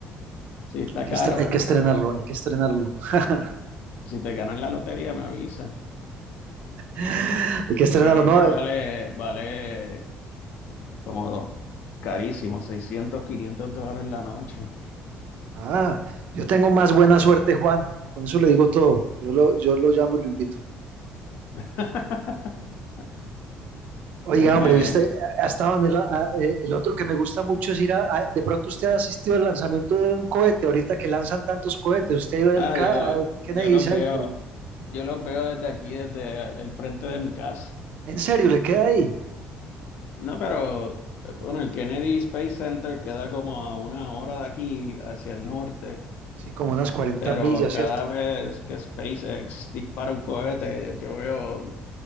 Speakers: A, on the left; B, on the right.
A: Sí, está
B: Hay que,
A: caro.
B: estre- hay que estrenarlo, hay que estrenarlo. <laughs>
A: Si te ganas la lotería, me avisa.
B: Hay que
A: Porque
B: estrenarlo,
A: creo
B: ¿no?
A: que vale, vale como do- carísimo, 600 500 dólares la noche.
B: Ah, yo tengo más buena suerte, Juan. Con eso le digo todo. Yo lo, yo lo llamo y lo invito.
A: <laughs>
B: Oiga,
A: Déjeme
B: hombre,
A: ver.
B: usted hasta donde el, a- eh, el otro que me gusta mucho es ir a, a- de pronto usted ha asistido al lanzamiento de un cohete, ahorita que lanzan tantos cohetes, usted ha ido
A: Ah,
B: al, Ca-
A: yo,
B: al Kennedy
A: yo los
B: Center.
A: veo, yo los veo desde aquí, desde el frente de mi casa.
B: ¿En serio le queda ahí?
A: No, pero eh, bueno, el Kennedy Space Center queda como a una hora de aquí hacia el norte,
B: Sí, como unas cuarenta
A: pero
B: millas,
A: cada
B: ¿cierto?
A: vez que SpaceX dispara un cohete, yo veo